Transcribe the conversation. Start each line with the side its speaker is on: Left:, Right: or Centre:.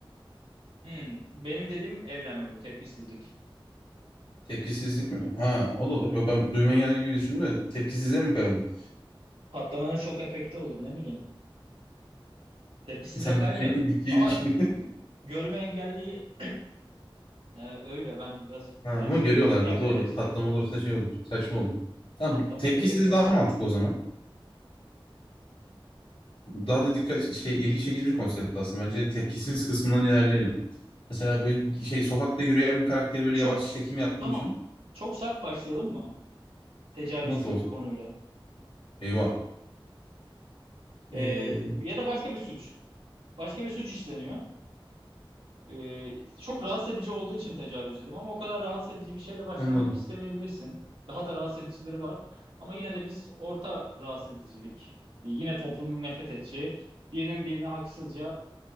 Right: Hmm, benim dediğim evren mi bu tepkisizlik?
Left: Tepkisizlik mi? Ha, o da olur. Yok ben duyma engel gibi düşündüm de tepkisizliğe mi kayalım?
Right: Patlamanın şok efekti olur ne bileyim. Tepkisizliğe
Left: <laughs> İnsan
Right: kaymayalım.
Left: bütçeyi, bütçeyi
Right: Ama
Left: düşünüyor. <laughs>
Right: görme engelliği ya öyle ben biraz
Left: Ha,
Right: e,
Left: ama
Right: şey
Left: görüyorlardı
Right: mükemmeliyetçi
Left: doğru. Patlama
Right: takılıyorum.
Left: olursa şey olur. Saçma oldu. Tamam
Right: Patlama
Left: tepkisiz
Right: olursa görecek.
Left: daha mantıklı o zaman. Daha da dikkat şey ilgi çekici bir konsept aslında. Bence tepkisiz kısmından ilerleyelim. Mesela böyle şey sokakta yürüyen bir karakteri böyle
Right: Çok
Left: yavaş çekim yaptığını
Right: tamam.
Left: düşün.
Right: Çok sert başlayalım mı? Tecavüz
Left: Nasıl
Right: gibi
Left: olsun?
Right: bir konuyla.
Left: Eyvah. Ee,
Right: Ee, ya da başka bir suç. Başka bir suç işleniyor. Ee, çok rahatsız edici olduğu için tecavüz dedim ama o kadar rahatsız edici bir şeyle başlamak
Left: anladım.
Right: istemeyebilirsin. Daha da rahatsız edicileri var. Ama yine de biz orta rahatsız edicilik, yine toplumun nefret edeceği, birinin birine haksızca